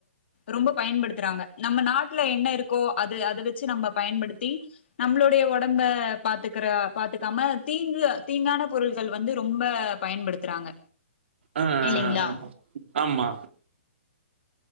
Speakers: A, on the left; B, on the right.
A: ரொம்ப பயன்படுத்துறாங்க. நம்ம நாட்டுல என்ன இருக்கோ அது அத வெச்சு நம்ம பயன்படுத்தி டீப் நம்மளுோடைய ஒடம்ப பாத்துக்குற பாத்துக்காம தீங்கு அ தீங்கான பொருள்கள் வந்து ரொம்ப பயன்படுத்துறாங்க.
B: அ அ
A: இல்லைங்களா
B: அ அ ஆம்மா